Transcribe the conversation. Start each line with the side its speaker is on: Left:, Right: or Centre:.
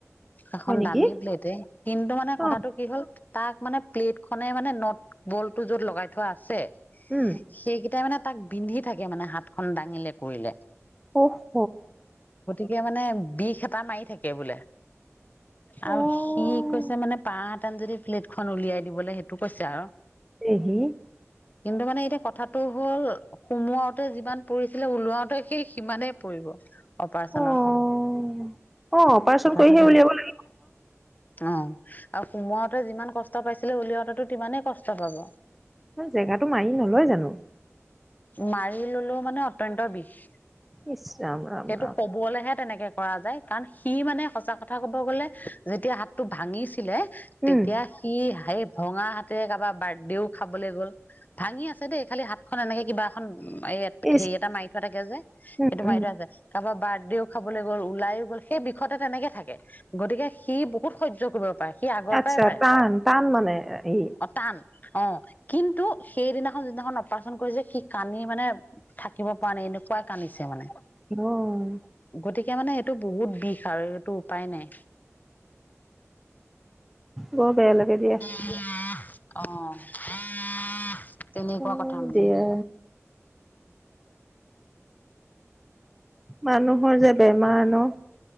Left: সেইখন
Centre: হয় নেকি?
Left: দামি প্লেট। কিন্তু মানে কথাটো
Centre: অ',
Left: কি হ'ল তাক মানে প্লেট খনে মানে নট বলটো য'ত লগাই থোৱা আছে,
Centre: উম,
Left: সেইকেইটাই মানে তাক বিন্ধি থাকে মানে হাতখন দাঙিলে কৰিলে।
Centre: অ', হ।
Left: এতিয়া মানে বিষ এটা মাৰি থাকে বোলে। আৰু
Centre: অ',
Left: সি কৈছে মানে পাহ এটাত যদি প্লেটখন উলিয়াই দিবলৈ, সেইটো কৈছে আৰু।
Centre: <unintelligible>
Left: কিন্তু মানে এতিয়া কথাটো হ'ল সোমোৱাওতে যিমান পৰিছিলে, ওলাওতে সি সিমানেই পৰিব। অপাৰেচনত,
Centre: অ', অ', অপাৰেচন
Left: <unintelligible>
Centre: কৰিহে উলিয়াব লাগিব
Left: অ', আৰু সোমোৱাতে যিমান কষ্ট পাইছিলে উলিয়াওঁতে সিমানেই কষ্ট পাব।
Centre: <unintelligible> জেগাটো মাৰি নলয় জানোঁ।
Left: মাৰি ললেওঁ মানে অত্যন্ত বিষ।
Centre: ইচ ৰাম ৰাম
Left: এইটো
Centre: ৰাম
Left: কবলেহে তেনেকে কৰা যায় কাৰণ সি মানে সঁচা কথা ক'ব গ'লে যেতিয়া হাতটো ভাঙিছিলে তেতিয়া
Centre: উম,
Left: সি সেই ভঙা হাতেৰে কাৰোবাৰ বাৰ্ডেও খাবলৈ গ'ল ভাঙি আছে দেই খালি হাত এনেকে কিবা এখন এই
Centre: ইচ
Left: হেৰি এটা মাৰি থোৱা থাকে যে
Centre: উম,
Left: সেইটো
Centre: উম,
Left: মাৰি থোৱা আছে। কাৰোবাৰ বাৰ্ডেও খাবলৈ গ'ল ওলায়ো গ'ল সেই বিষতে তেনেকে থাকে। গতিকে সি বহুত সহ্য কৰিব পাৰে সি আগৰ
Centre: আচ্ছা
Left: পৰাই পাৰে
Centre: টান টান মানে ই
Left: অ' টান। অ', কিন্তু সেইদিনাখন যিদিনাখন অপ অপাৰেচন কৰিছে সি কান্দি মানে থাকিব পৰা নাই এনেকুৱা কান্দিছে মানে।
Centre: অ',
Left: গতিকে মানে সেইটো বহুত বিষ আৰু এইটো উপায় নাই।
Centre: বৰ বেয়া লাগে দিয়া।
Left: <unintelligible> অ', <unintelligible> তেনেকুৱা
Centre: হয়
Left: কথা মানে।
Centre: দিয়া। মানুহৰ যে বেমাৰ ন